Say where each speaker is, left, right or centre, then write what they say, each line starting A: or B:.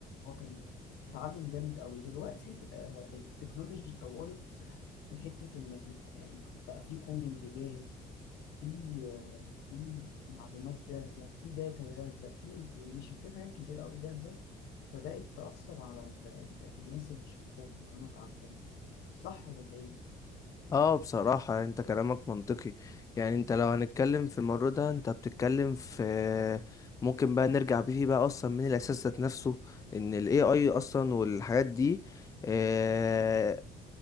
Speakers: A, on the left; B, on the left.
A: هو كان بيتعلم جامد أوي دلوقتي آه، التكنولوجي اتطورت في حتة إن إن- إن بقى في كودينج جاهز في آه، في معلومات جاهزة في داتا جاهزة في انفورميشن في حاجات كتير أوي جاهزة بدأت تأثر على ال- ال- الناس اللي شغالة اللي هم اتعلموا صح ولا إيه؟
B: اه بصراحة انت كلامك منطقي يعني انت لو هنتكلم في المرة ده انت بتتكلم في ممكن بقى نرجع بيه بقى اصلا من الاساس ذات نفسه ان ال AI اصلا والحاجات دي آه،